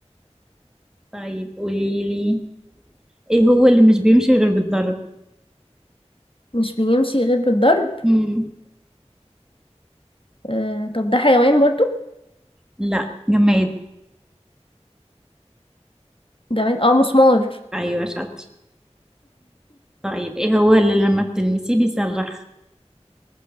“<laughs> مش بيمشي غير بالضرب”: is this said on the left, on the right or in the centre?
Left